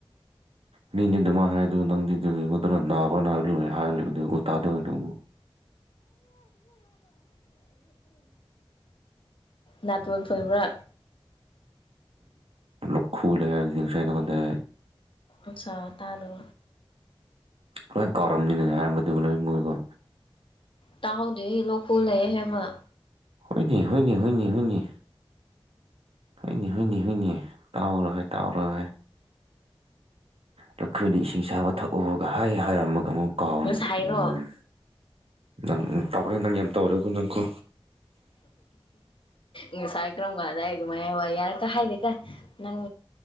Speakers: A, on the right; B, on the left.
A: ꯃꯤꯗꯤꯗꯨꯃ ꯍꯥꯏ ꯑꯗꯨ ꯅꯪꯗꯤꯗꯤꯉꯣꯟ ꯃꯇꯝꯗ ꯅꯥꯕ꯭ꯔꯥꯅ ꯍꯥꯏꯕ ꯂ ꯍꯥꯏꯔꯂꯕ ꯎ ꯇꯥꯗꯕ ꯅ
B: ꯅꯥꯇꯣꯟ ꯐꯣꯏꯕ꯭ꯔꯥ
A: ꯂꯈꯨ ꯂꯩ ꯁ ꯇꯃꯗ
B: ꯑ ꯁꯥ ꯇꯥꯗ
A: ꯂꯣꯏ ꯀꯥꯎꯔꯝꯅꯤꯅ ꯍꯥꯏꯔꯝꯕꯗꯨꯕꯨ ꯂꯣꯏ ꯃꯣꯏꯀꯣ
B: ꯇꯍꯧꯗꯦ ꯏ ꯂꯣ ꯀꯨꯂꯑꯦ ꯍꯦꯃ
A: ꯍꯅꯦ ꯍꯅꯦ ꯍꯅꯤ ꯍꯅꯤ ꯍꯣꯏꯏꯅꯤ ꯍꯨꯏꯅꯤ ꯍꯨꯏꯅꯤ ꯇꯥꯎꯔꯣꯏ ꯇꯥꯎꯔꯍꯣꯏ ꯂꯧꯈꯣꯏꯅꯤ ꯏꯁꯤꯡ ꯆꯥꯕ ꯊꯛꯎꯒ ꯍꯥꯏ ꯍꯥꯏꯔꯝꯃꯒ ꯑꯃꯨꯛ ꯀꯥꯎꯋꯦ
B: ꯉꯁꯥꯏꯔꯣ
A: ꯎꯝ ꯅꯪ ꯇꯧꯅꯤ ꯅꯪ ꯑ ꯇꯧꯔꯦꯣꯀꯣ ꯅꯪ ꯀꯣ
B: ꯏ ꯆꯥꯏ ꯀꯔꯣ ꯀ ꯃꯌꯥꯏ ꯋꯥꯔꯤ ꯌꯥꯔ ꯀ ꯍꯥꯏꯗꯦ ꯀ ꯅꯪ